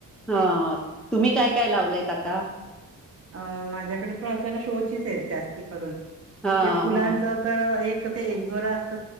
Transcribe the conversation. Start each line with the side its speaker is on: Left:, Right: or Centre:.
Centre: हा तुम्ही काय काय लावलायत आता
Right: अ माझ्याकडे पण अस जरा शो चीच जास्ती करून
Centre: हा
Right: ते फुलांचा
Centre: हा
Right: आता एक ते एक दोरा असतो